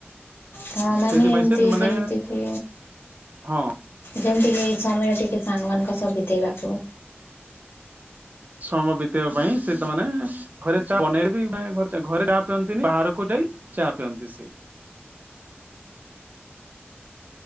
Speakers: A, on the left; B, on the right.
A: ହଁ ମାନେ
B: ସେଥିପାଇଁ
A: ଏମିତି
B: ସେ ମାନେ
A: ଯେମିତି କି
B: ହଁ।
A: ଯେମିତିକି ଏଇ ସମୟ ଟିକେ ସାଙ୍ଗମାନଙ୍କ ସହ ବିତେଇବା। ଆ
B: ସମୟ ବିତେଇବା ପାଇଁ ସେ ତାମାନୋନ ଘରେ ଚା ବନେଇବିାନ ଘରେ ଚାହା ପିଅନ୍ତିନି ବାହାରକୁ ଯାଇ ଚା ପିଅନ୍ତି ସେ